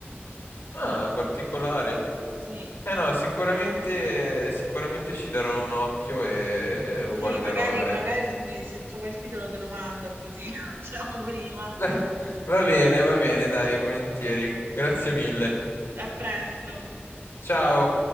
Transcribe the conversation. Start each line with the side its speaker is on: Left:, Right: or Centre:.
Left: Ah, particolare.
Right: Sì,
Left: Eh no, sicuramente, sicuramente ci darò un occhio e lo
Right: sì,
Left: guarderò,
Right: magari,
Left: dai.
Right: magari se, mi- se trovo il titolo te lo mando così <laughs> facciamo prima.
Left: <laughs> Va bene, va bene, dai, volentieri. Grazie mille.
Right: A presto.
Left: Ciao.